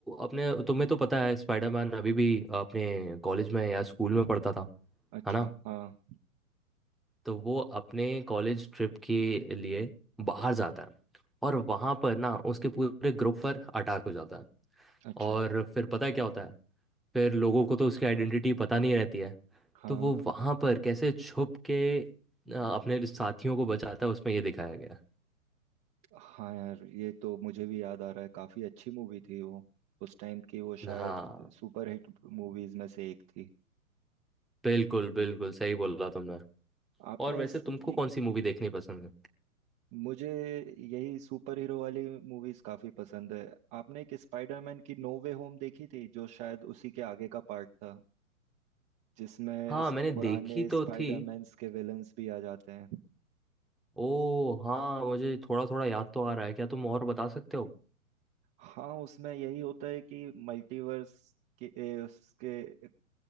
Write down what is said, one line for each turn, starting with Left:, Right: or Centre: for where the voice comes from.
Centre: अपने तुम्हें तो पता है स्पाइडरमैन अभी भी अपने कॉलेज में या स्कूल में पढ़ता था
Right: अच्छा
Centre: है ना
Right: हाँ
Centre: तो वो अपने कॉलेज ट्रिप के लिए बाहर जाता है और वहाँ पर ना उसके पूरे ग्रुप पर अटैक हो जाता है
Right: अच्छा
Centre: और फिर पता है क्या होता है फिर लोगों को तो उसकी आइडेंटिटी पता नहीं रहती है
Right: हाँ
Centre: तो वो वहाँ पर कैसे छुप के अ, अपने साथियों को बचाता है उसमें ये दिखाया गया
Right: हाँ यार ये तो मुझे भी याद आ रहा है काफी अच्छी मूवी थी वो उस टाइम की वो
Centre: है।
Right: शायद
Centre: हाँ
Right: सुपर हिट मूवीज में से एक थी
Centre: बिल्कुल बिल्कुल सही बोला तुमने
Right: आपने
Centre: और वैसे
Right: इसकी
Centre: तुमको कौन सी मूवी देखनी पसंद है
Right: मुझे यही सुपर हीरो वाली मूवीज काफी पसंद है आपने एक स्पाइडरमैन की नो वे होम देखी थी जो शायद उसी के आगे का पार्ट था जिसमें
Centre: हाँ
Right: इस
Centre: मैंने देखी
Right: पुराने
Centre: तो
Right: स्पाइडरमैन्स
Centre: थी
Right: के विलन्स भी आ जाते हैं
Centre: ओ हाँ मुझे थोड़ा थोड़ा याद तो आ रहा है क्या तुम और बता सकते हो
Right: हाँ उसमें यही होता है कि मल्टीवर्स के ए, उसके